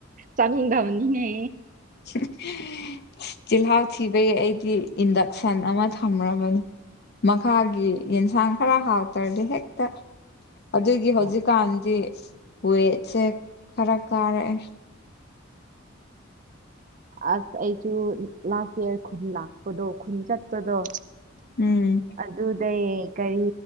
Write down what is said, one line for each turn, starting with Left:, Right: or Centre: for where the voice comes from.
Right: ꯆꯥꯡꯗꯅꯤꯅꯦ
Left: <unintelligible> ꯆꯤꯜꯍꯥꯎ ꯊꯤꯕꯩ ꯑꯩꯗꯤ ꯏꯟꯗꯛꯁꯟ ꯑꯃ ꯊꯝꯔꯕꯅꯤ ꯃꯈꯥꯒꯤ ꯌꯦꯟꯁꯥꯡ ꯈꯔ ꯍꯥꯎꯇ꯭ꯔꯗꯤ ꯍꯦꯛꯇ ꯑꯗꯨꯒꯤ ꯍꯧꯖꯤꯛꯀꯥꯟꯗꯤ
Right: ꯑ,
Left: ꯋꯦꯠꯁꯦ ꯈꯔ ꯀꯥꯔꯛꯑꯦ
Right: ꯑꯁ ꯑꯩꯁꯨ ꯂꯥꯁ <unintelligible> ꯄꯗꯣ ꯈꯨꯟ ꯆꯠꯄꯗꯣ
Left: ꯎꯝ
Right: ꯑꯗꯨꯗꯩ ꯀꯔꯤ